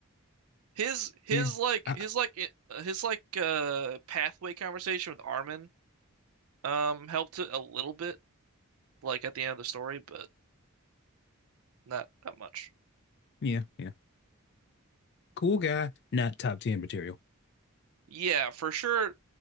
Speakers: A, on the right; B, on the left.
A: His his
B: Yeah.
A: like
B: I,
A: his like it- his like uh pathway conversation with Armin um helped it a little bit like at the end of the story, but not that much.
B: yeah. Yeah. Cool guy, not top 10 material.
A: Yeah, for sure.